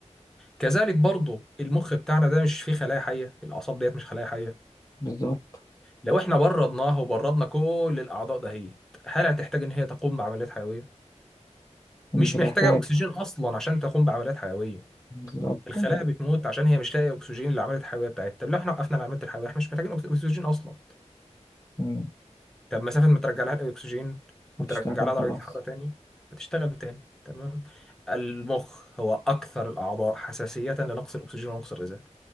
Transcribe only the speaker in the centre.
كذلك برضه المخ بتاعنا ده مش فيه خلايا حيه الاعصاب ديت مش خلايا حيه
لو احنا بردناها وبردنا كل الاعضاء دهيت هل هتحتاج ان هي تقوم بعمليات حيويه
مش
محتاجه اكسجين اصلا عشان تقوم بعمليات حيويه
الخلايا
بتموت عشان هي مش لاقيه اكسجين للعمليات الحيويه بتاعتها طب لو احنا وقفنا العمليات الحيويه احنا مش محتاجين أكس- اكسجين اصلا
طب مسافه ما ترجع لها الاكسجين وترجع
لها
درجه الحراره تاني هتشتغل تاني تمام المخ هو اكثر الاعضاء حساسيه لنقص الاكسجين ونقص الغذاء